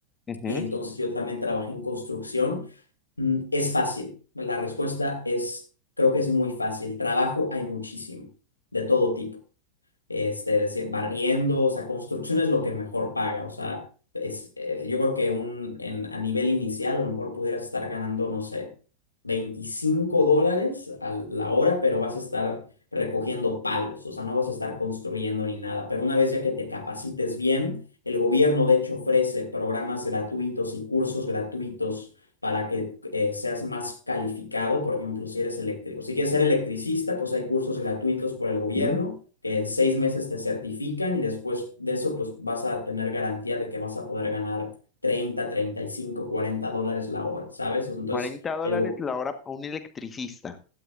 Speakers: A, on the left; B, on the left.
A: Ujú.
B: Entonces yo también trabajé en construcción Mm, Es fácil. La respuesta es, creo que es muy fácil. Trabajo hay muchísimo, de todo tipo este, decir, barriendo, o sea, construcción es lo que mejor paga, o sea, es, eh, yo creo que un, en, a nivel inicial a lo mejor pudieras estar ganando, no sé, 25 dólares a la hora, pero vas a estar recogiendo palos, o sea, no vas a estar construyendo ni nada, pero una vez ya que te capacites bien, el gobierno de hecho ofrece programas gratuitos y cursos gratuitos para que eh, seas más calificado, por ejemplo, si eres electrico si quieres ser electricista, pues hay cursos gratuitos por el gobierno
A: ujú,
B: que en seis meses te certifican y después de eso pues vas a tener garantía de que vas a poder ganar treinta treinta y cinco cuarenta dólares la hora, ¿sabes? Entonces,
A: 40 dólares
B: el,
A: la hora a un electricista.